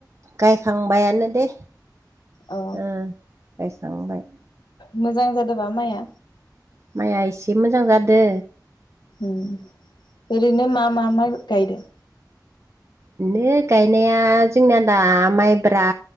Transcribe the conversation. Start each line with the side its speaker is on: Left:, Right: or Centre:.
Right: गायखांबायानो दे।
Left: औ
Right: ओ गायखांबाय।
Left: मोजां जादो बा माइआ?
Right: माइया एसे मोजां जादों।
Left: उम ओरैनो मा मा माय गायदों?
Right: बिनो गायनाया जोंनाया दा माइब्रा